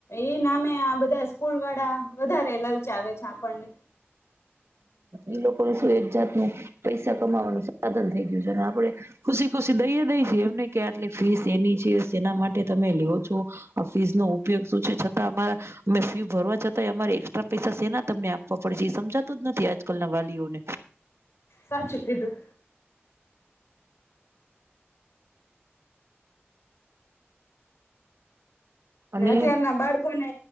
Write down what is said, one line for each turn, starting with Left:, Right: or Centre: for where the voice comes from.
Left: એ નામે આ બધા સ્કૂલ વાળા વધારે લલચાવે છે, આપણને
Right: એ લોકોને શું એક જાત નું પૈસા કમાવાનું સાધન થઈ ગયું છે, અને આપડે ખુશી ખુશી દઈએ <inaudible> એટલે ફીસ એની છે. તેના માટે તમે લેવો છો આ ફીઝ નો ઉપયોગ શું છે, છતાં અમારા અમે ફી ભરવા છતાંય અમારે એક્સ્ટ્રા પૈસા સેના તમને આપવા પડે એ સમજા નથી આજ નકલ ન વાઓને
Left: સાચું કીધું ને
Right: અને
Left: અત્યાર ના બાળકોને,